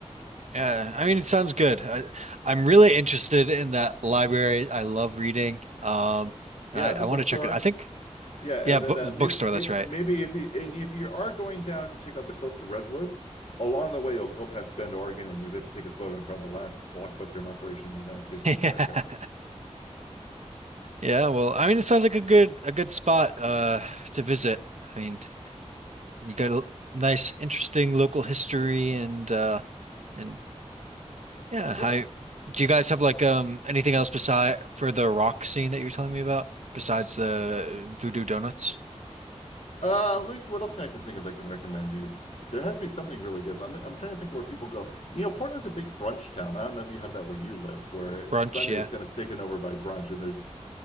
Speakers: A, on the right; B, on the left.
A: Yeah, I mean, it sounds good. I, I'm really interested in that library. I love reading. Um,
B: Yeah,
A: and I, I
B: the bookstore.
A: want to check it. I think,
B: Yeah, and
A: yeah, book,
B: then uh,
A: bookstore,
B: maybe, maybe
A: that's right.
B: maybe
A: <laughs>
B: if you and if you are going down to check out the coastal redwoods, along the way you'll go past Bend, Oregon, and you'll get to take a photo in front of the last blockbuster in operation in the United States
A: Yeah.
B: of America.
A: Yeah, well, I mean, it sounds like a good a good spot uh to visit. I mean, you got a nice, interesting local history and uh and yeah,
B: Yeah.
A: I do you guys have like um anything else beside for the rock scene that you're telling me about besides the uh, Voodoo Donuts?
B: Uh, let me see what else I can think of that I can recommend you. There has to be something really good. Let me, I'm trying to think where people go. You know, Portland's a big brunch town. I don't know if you have that where you live, where
A: Brunch,
B: Sunday's
A: yeah.
B: kind of taken over by brunch. And there's,